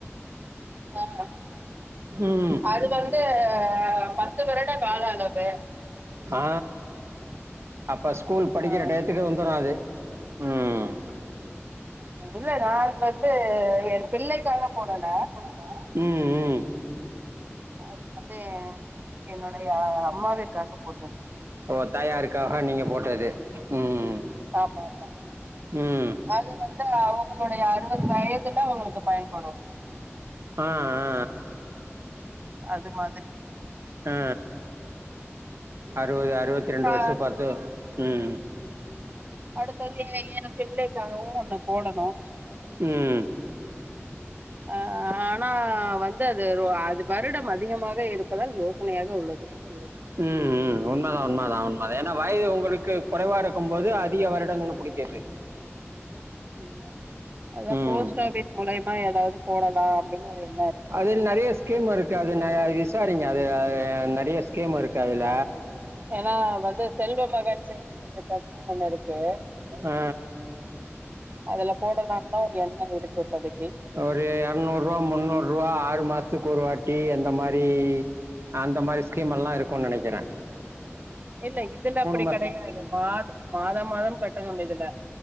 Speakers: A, on the right; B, on the right.
A: ஆ
B: ம்
A: அதுக்கு வந்து பத்து வருட கால அளவு
B: ஆ அப்ப ஸ்கூல் படிக்கிற
A: ஆ
B: டைத்துக்கு வந்துரு அது ம்
A: இல்லடா அது வந்து என் பிள்ளைக்காக போடல
B: ம் ம்
A: அது வந்து என்னுடைய அம்மாவிற்காக போட்டது
B: ஓ தாயாருக்காக நீங்க போட்டது ம்
A: ஆமா ஆமா
B: ம்
A: அது வந்து அவுங்களுடைய அறுவது வயதுல அவங்களுக்கு பயன்படும்
B: ஆ ஆ
A: அது மாதிரி
B: அ அறுவது அறுவத்தி ரெண்டு
A: கா
B: வருஷோ பத்து ம்
A: அடுத்தது எ எ எப்பிள்ளைக்காகவு ஒன்னு போடணு
B: ம்
A: அ அ ஆனா வந்து அது அது வருடம் அதிகமாக இருப்பதால் யோசனையாக உள்ளது
B: <inaudible> ம் ம் உண்மதா உண்மதா உண்மதா ஏன்னா வயது உங்களுக்கு கொறைவா இருக்கு போது அதிக வருடங்கள் புடிக்குது
A: ம்மா அதா
B: ம்
A: போஸ்ட் ஆபிஸ் மூலையமா எதாவுது போடலா அப்டின்னு ஒரு எண்ணோ இருக்கு
B: அதில் நிறைய ஸ்கீம் இருக்கு அது ந விசாரிங்க அது நெறைய ஸ்கீம் இருக்கு அதுல
A: ஏன்னா வந்து செல்வ மகன் சேமிப்பு திட்டம்னு ஒன்னுருக்கு
B: அ
A: அதுல போடலான் தா ஒரு எண்ணோ இருக்கு இப்போதைக்கி
B: ஒரு எற்நூறுவா முன்னூறுவா ஆறு மாசத்துக்கு ஒரு வாட்டி அந்த மாரி அந்த மாரி ஸ்கீம் எல்லா இருக்கூன் நெனக்கிறே
A: இல்ல இதுல அப்படி
B: மாதம்
A: கெடையாது மாத மாதம் மாதம் கட்டணும் இதுல